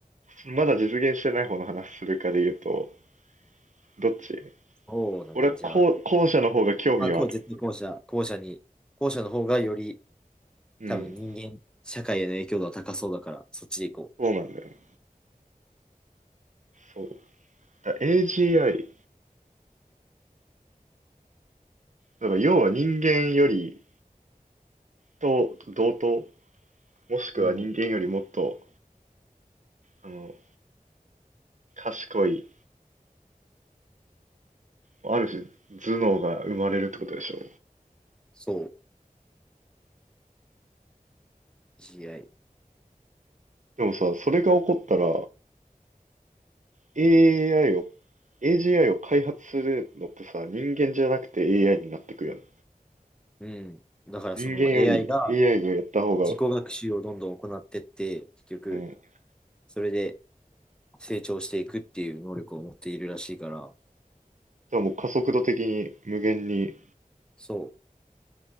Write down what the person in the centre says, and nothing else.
そうだね。
じゃあ、
まあ、こう、絶対後者、後者に、後者の方がより、
多分人間、社会への影響度は高そうだから、そっちで行こ
う。うん、
そう、AI。
うん。だからその
AI が
自己学習をどんどん行ってって、結局、
それで成長していくっていう能力を持っているらしいから、
そう、